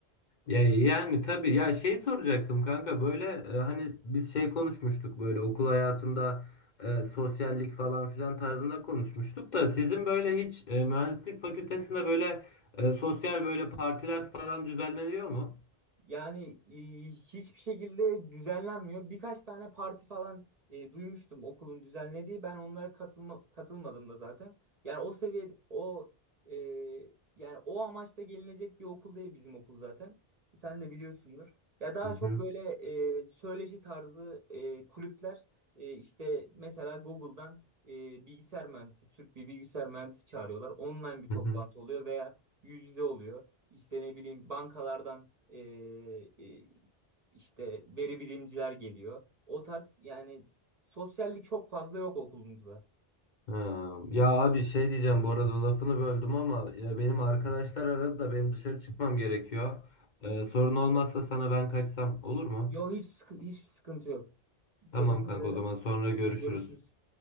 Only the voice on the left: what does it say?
Ya yani tabii ya şey soracaktım kanka böyle e, hani biz şey konuşmuştuk böyle okul hayatında e, sosyallik falan filan tarzında konuşmuştuk da sizin böyle hiç e, mühendislik fakültesinde böyle e, sosyal böyle partiler falan düzenleniyor mu?
Hı
hı.
Hı
hı.
Ha, ya abi şey diyeceğim bu arada lafını böldüm ama ya benim arkadaşlar aradı da benim dışarı çıkmam gerekiyor. Ee, sorun olmazsa sana ben kaçsam olur mu?
Tamam
kanka
o zaman sonra görüşürüz.